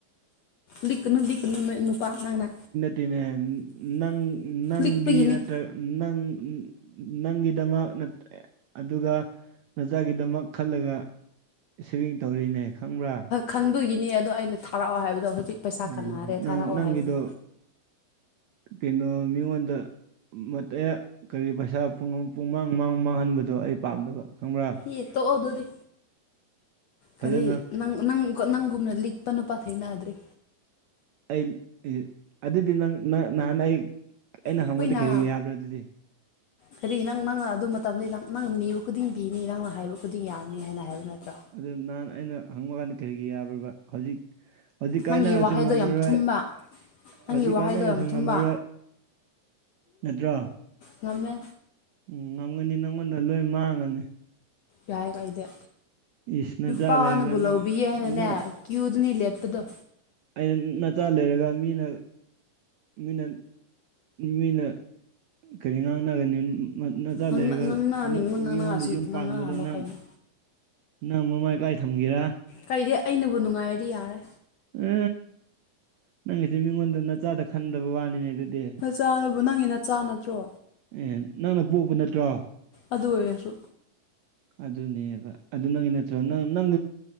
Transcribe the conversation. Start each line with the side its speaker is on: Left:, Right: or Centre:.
Left: ꯂꯤꯛꯅ ꯂꯤꯛꯅ ꯏ ꯅꯨꯄꯥ ꯅꯪꯅ
Right: ꯅꯦ ꯅꯪ ꯅꯪꯒꯤ
Left: ꯂꯤꯛꯄꯒꯤꯅꯤ
Right: ꯅꯠꯇ꯭ꯔꯒ ꯅꯪ ꯅꯪꯒꯤꯗꯃꯛ ꯑꯗꯨꯒ ꯅꯆꯥꯒꯤꯗꯃꯛ ꯈꯜꯂꯒ ꯁꯦꯚꯤꯡ ꯇꯧꯔꯤꯅꯦ ꯈꯪꯕ꯭ꯔꯥ
Left: ꯈꯟꯕꯒꯤꯅꯤ ꯑꯗꯣ ꯑꯩꯅ ꯊꯥꯔꯛꯑꯣ ꯍꯥꯏꯕꯗꯣ ꯍꯧꯖꯤꯛ ꯄꯩꯁꯥ
Right: ꯎꯝ
Left: ꯀꯅꯥꯔꯦ
Right: ꯅꯪ
Left: ꯊꯥꯔꯛꯑꯣ
Right: ꯅꯪꯒꯤꯗꯣ
Left: ꯍꯥꯏꯕꯗꯣ
Right: ꯀꯩꯅꯣ ꯃꯤꯉꯣꯟꯗ ꯃꯇꯦ ꯀꯔꯤ ꯄꯩꯁꯥ ꯄꯨꯡꯃꯥꯡ ꯃꯥꯡ ꯃꯥꯡꯍꯟꯕꯗꯣ ꯑꯩ ꯄꯥꯝꯗꯕ ꯈꯪꯕ꯭ꯔꯥ
Left: ꯏ ꯇꯣꯛꯑꯣ ꯑꯗꯨꯗꯤ
Right: ꯐꯖꯅ
Left: ꯀꯔꯤ ꯅꯪ ꯅꯪ ꯀꯣ ꯅꯪꯒꯨꯝꯅ ꯂꯤꯛꯄ ꯅꯨ ꯄꯥꯊꯩ ꯅꯥꯗ꯭ꯔꯤ
Right: ꯑꯩ ꯑꯗꯨꯗꯤ ꯅꯪ ꯅ ꯅꯍꯥꯟ ꯑꯩ ꯑꯩꯅ
Left: ꯑꯩꯈꯣꯏꯅ
Right: ꯍꯪꯉꯣꯟꯗ ꯀꯔꯤ ꯌꯥꯕ꯭ꯔꯥ ꯑꯗꯨꯗꯤ
Left: ꯀꯔꯤ ꯅꯪ ꯅꯪꯅ ꯑꯗꯨ ꯃꯇꯝꯗꯤ ꯅꯪ ꯅꯪꯅ ꯅꯤꯕ ꯈꯨꯗꯤꯡ ꯄꯤꯅꯤ ꯅꯪꯅ ꯍꯥꯏꯕ ꯈꯨꯗꯤꯡ ꯌꯥꯅꯤ ꯍꯥꯏꯅ ꯍꯥꯏꯕ ꯅꯠꯇ꯭ꯔꯣ
Right: ꯑꯗꯨ ꯅꯍꯥꯟ ꯑꯩꯅ ꯍꯪꯕ ꯀꯥꯟꯗ ꯀꯔꯤꯒꯤ ꯌꯥꯕꯕ ꯍꯧꯖꯤꯛ ꯍꯧꯖꯤꯛ ꯀꯥꯏꯅꯔꯁꯨ
Left: ꯅꯪꯒꯤ ꯋꯥꯍꯩꯗꯣ
Right: ꯉꯝꯃꯔꯣꯏ
Left: ꯌꯥꯝ ꯊꯨꯝꯕ ꯅꯪꯒꯤ
Right: ꯍꯧꯖꯤꯛ
Left: ꯋꯥꯍꯩꯗꯣ
Right: ꯀꯥꯏꯅꯔꯁꯨ
Left: ꯌꯥꯝ ꯊꯨꯝꯕ
Right: ꯉꯝꯃꯔꯣꯏ ꯅꯠꯇ꯭ꯔꯥ
Left: ꯉꯃꯦ
Right: ꯎꯝ ꯉꯝꯒꯅꯤ ꯅꯪꯉꯣꯟꯗ ꯂꯣꯏ ꯃꯥꯡꯉꯅꯤ
Left: ꯌꯥꯏ ꯀꯩꯗ
Right: ꯏꯁ ꯅꯆꯥ
Left: ꯄꯥꯅ
Right: ꯂꯩꯔꯒ
Left: ꯣꯂꯑꯣꯕꯤꯦꯅ
Right: ꯅꯪ ꯅꯪ
Left: ꯅꯦꯔ ꯀꯨꯗꯅꯤ ꯂꯦꯄꯗꯣ
Right: ꯑꯩꯅ ꯅꯆꯥ ꯂꯩꯔꯒ ꯃꯤꯅ ꯃꯤꯅ ꯃꯤꯅ ꯀꯔꯤ ꯉꯥꯡꯅꯒꯅꯤ ꯅꯆꯥ
Left: ꯉꯥꯡꯅ
Right: ꯂꯩꯔꯒ
Left: ꯉꯥꯡꯅꯅꯤꯡꯕ
Right: ꯑꯃꯨꯛ
Left: ꯉꯥꯡꯅꯔꯁꯨ
Right: ꯃꯤꯉꯣꯟꯗ ꯌꯨꯝ
Left: ꯉꯥꯡꯅꯍꯜꯂꯣ
Right: ꯄꯥꯟꯕꯗꯣ ꯅꯪ
Left: ꯀꯩꯅꯣ
Right: ꯅꯪ ꯃꯃꯥꯏꯀꯥꯏ ꯊꯝꯒꯦꯔꯥ
Left: ꯀꯩꯗ ꯑꯩꯅꯕꯨ ꯅꯨꯡꯉꯥꯏꯔꯗꯤ ꯌꯥꯔꯦ
Right: ꯎ ꯅꯪꯒꯤꯁꯦ ꯃꯤꯉꯣꯟꯗ ꯅꯆꯥꯗ ꯈꯟꯗꯕ ꯋꯥꯅꯤꯅꯦ ꯑꯗꯨꯗꯤ
Left: ꯆꯥꯗꯨꯕꯨ ꯅꯪꯒꯤꯅ ꯆꯥꯅꯗ꯭ꯔꯣ
Right: ꯑꯦ ꯅꯪꯅ ꯄꯣꯛꯄ ꯅꯠꯇ꯭ꯔꯣ
Left: ꯑꯗꯨ ꯑꯣꯏꯔꯁꯨ
Right: ꯑꯗꯨꯅꯦꯕ ꯑꯗꯨ ꯅꯪꯒꯤ ꯅꯠꯇ꯭ꯔꯣ ꯅꯪ ꯅꯪ